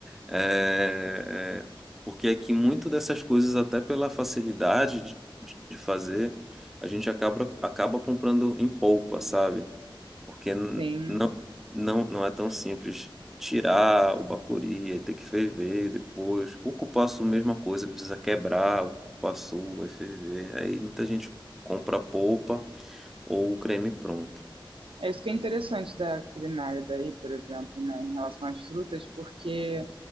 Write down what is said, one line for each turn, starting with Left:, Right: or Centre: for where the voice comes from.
Centre: É, é, porque aqui muito dessas coisas, até pela facilidade de, de- de fazer, a gente acaba, acaba comprando em polpa, sabe? Porque n-
Right: sim.
Centre: não, não, não é tão simples tirar o bacuri, aí ter que ferver depois. O cupuaçu, mesma coisa, precisa quebrar o cupuaçu, vai ferver. Aí muita gente compra a polpa ou o creme pronto.
Right: É isso que é interessante da culinária daí, por exemplo, né, em relação às frutas, porque